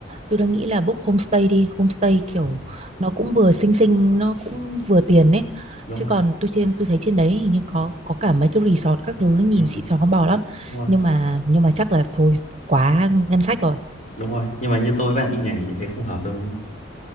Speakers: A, on the right; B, on the left.
A: Tôi đang nghĩ là book homestay đi, homestay kiểu
B: ừ,
A: nó cũng vừa xinh xinh, nó cũng vừa tiền ấy.
B: đúng
A: Chứ
B: rồi
A: còn tôi trên tôi thấy trên đấy hình như có có cả mấy cái resort các thứ nhìn
B: ừ.
A: xịn sò con bò lắm.
B: đúng rồi.
A: Nhưng mà nhưng mà chắc là thôi quá ngân sách rồi.
B: đúng rồi nhưng mà như tôi với bạn đi nhà nghỉ thế không hợp đâu đúng không